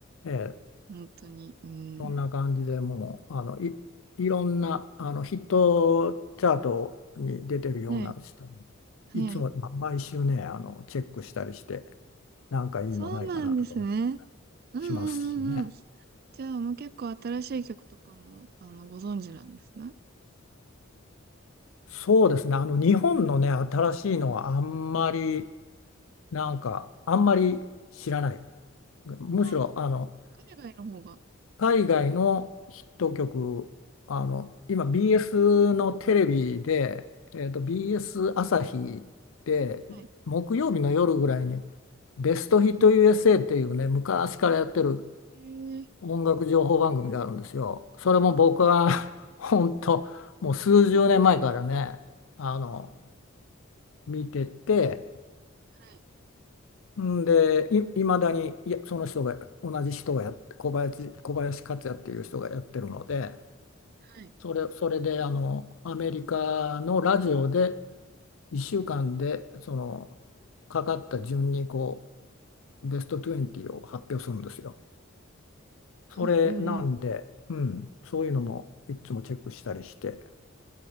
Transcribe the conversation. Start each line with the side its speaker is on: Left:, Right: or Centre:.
Left: ええ
Right: 本当に、うん。
Left: そんな感じでもうあのい、いろんなあのヒットチャートに出てるような人もいつもまあ毎週ねあのチェックしたりして
Right: はい、はい。
Left: なんかいいのないかなとか
Right: そうなんですね。うん、
Left: しますしね
Right: うん、うん、うん。じゃあ、もう結構新しい曲とかも、あの、ご存知なんですね。
Left: そうですねあの日本のね新しいのはあんまりなんかあんまり知らないむしろあの
Right: あ、海外の方が。
Left: 海外のヒット曲、あの、今 BS のテレビで、えーと、BS 朝日で木曜日の夜ぐらいに
Right: はい。
Left: ベストヒット USA っていうね、昔からやってる
Right: へえー、
Left: 音楽情報番組があるんですよ。それも僕は <laughs> 本当もう数十年前からね、あの、見てて、
Right: はい、
Left: んで、い、まだに、いや、その人が、同じ人がやって、小林、小林克也っていう人がやってるので、
Right: はい、
Left: それ、それであのアメリカのラジオで1週間でそのかかった順にこうベスト20を発表するんですよ。
Right: はい、
Left: それなんで、
Right: はい、うん、うん、
Left: うん、そういうのもいつもチェックしたりして、